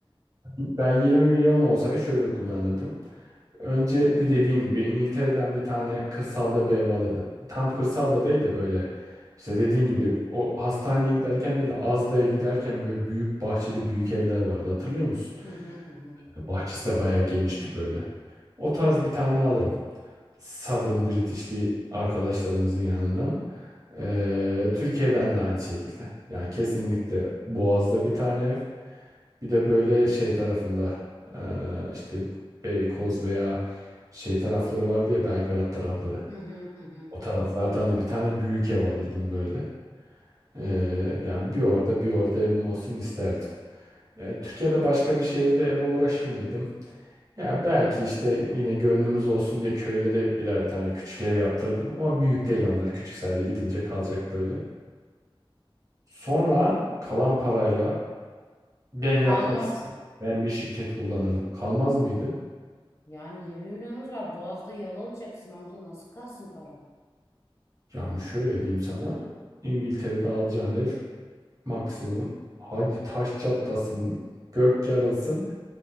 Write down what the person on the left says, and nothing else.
Hı hı hı hı.
Hı hı hı hı.
Kalmaz
ya.
Yani 20 milyonumuz var. Boğaz'da yalalayacaksın Hamza. Nasıl kalsın para?